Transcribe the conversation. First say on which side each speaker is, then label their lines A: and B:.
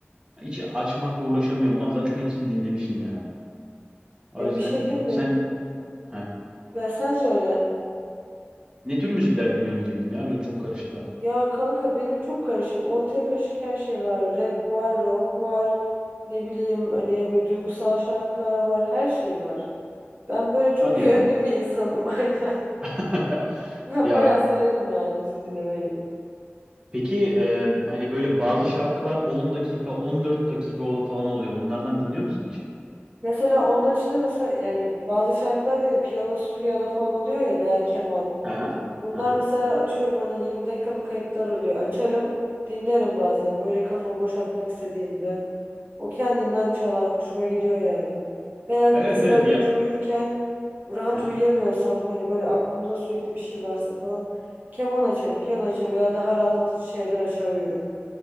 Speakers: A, on the right; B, on the right.
A: hiç açmakla uğraşamıyorum ulan zaten hepsini dinlemişim ya. O
B: Ya
A: yüzden
B: bir şey diyeyim
A: çok
B: mi?
A: sen heh,
B: Ben sen söyle.
A: ne tür müzikler dinliyorsun diyecektim ya benim çok karışık da.
B: Ya kanka benim çok karışık. Ortaya karışık her şey var. Rap var, rock var. Ne bileyim hani böyle duygusal şarkılar var. Her şey var. Ben böyle çok
A: Hadi ya.
B: <laughs> yönlü bir insanım <laughs> aynen.
A: <laughs>
B: Ben
A: Ya
B: bayağı severim yani müzik dinlemeyi.
A: Peki e, hani böyle bazı şarkılar 10 dakika, 14 dakika ol- falan oluyor. Onlardan dinliyor musun hiç?
B: Mesela onlar içinde mesela yani bazı şarkılar değil, piyano, piyano falan oluyor ya veya keman.
A: Aha,
B: Bunlar
A: aha.
B: mesela atıyorum hani 20 dakikalık kayıtlar oluyor. Açarım, dinlerim bazen böyle kafamı boşaltmak istediğimde. O kendinden çalar, hoşuma gidiyor yani. Veya
A: Evet
B: mesela
A: evet
B: gece
A: ya.
B: uyurken rahat
A: Aha.
B: uyuyamıyorsam hani böyle aklımda sürekli bir şey varsa falan keman açarım, piyano açarım veya daha rahatlatıcı şeyler açar uyurum.